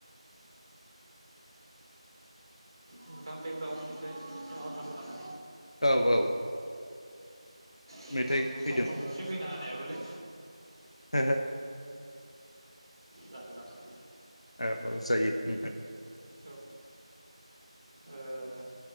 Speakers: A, on the right; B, on the left.
A: नोंथां बेकग्राउन्डनिफ्राय माबा थांदों नामा?
B: औ औ।
A: थम
B: मेथाइ फैदों
A: थम गंसे फैना फैनायआबोलै।
B: हो हो।
A: जारलासो।
B: औ औ जायो
A: औ ओ